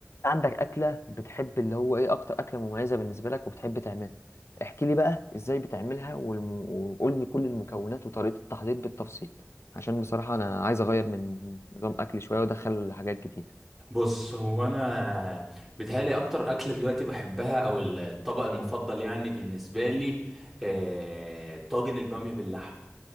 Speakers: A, on the left (about 60°); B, in the centre.
A: عندك أكلة بتحب اللي هو إيه أكتر أكلة مميزة بالنسبة لك وبتحب تعملها احكي لي بقى إزاي بتعملها والم... وقول لي كل المكونات وطريقة التحضير بالتفصيل عشان بصراحة أنا عايز أغير من نظام أكلي شوية وأدخل حاجات جديدة
B: بص هو انا بيتهيألي اكتر اكله دلوقتي بحبها او الطبق المفضل يعني بالنسبه لي آه، طاجن الباميه باللحمه